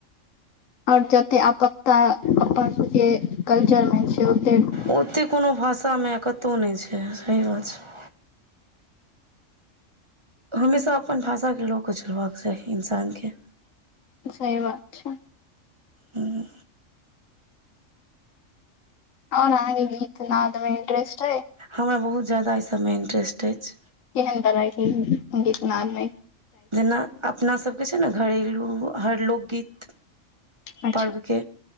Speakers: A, on the left (about 75°); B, on the right (about 20°).
A: आओर जत्ते आपकता अपन सबके कल्चर मे छै ओतेक
B: ओते कोनो भाषा में कतो नै छै सही बात छै। हमेशा अपन भाषा के ल के चलबाक चाही इन्सान के।
A: सही बात छै।
B: हुं।
A: आओर अहां के गीत नाद मे इंटरेस्ट ए?
B: हमरा बहुत ज्यादा ए सब में इंटरेस्ट अछि
A: केहन तरह के उगीत-नाद में
B: जेना अपना सबके छै न घरेलू हर लोकगीत
A: अच्छा
B: पर्व के